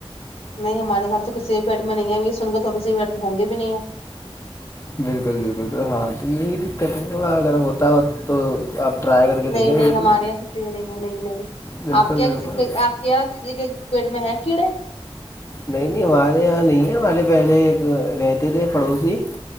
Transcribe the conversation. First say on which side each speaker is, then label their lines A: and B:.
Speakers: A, on the left; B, on the left.
A: نہیں ہمارے گھر تو کسی بھی بیڈ میں نہیں ہے اب سن گا تو کسی بیڈ میں ہوں گے بھی نہیں ہے
B: بالکل بالکل تو ہاں تو یہی دقت ہے تھوڑا اگر ہوتا ہو تو آپ ٹرائی کر کے دیکھیں
A: نہیں
B: بالکل
A: نہیں ہمارے یہاں کسی نہیں ہے نہیں نہیں
B: بالکل
A: آپ کیا
B: بالکل
A: کسی کا کیا کسی کے پیٹ میں ہے کیڑے
B: نہیں نہیں ہمارے یہاں نہیں ہے ہمارے پہلے ایک رہتے تھے پڑوسی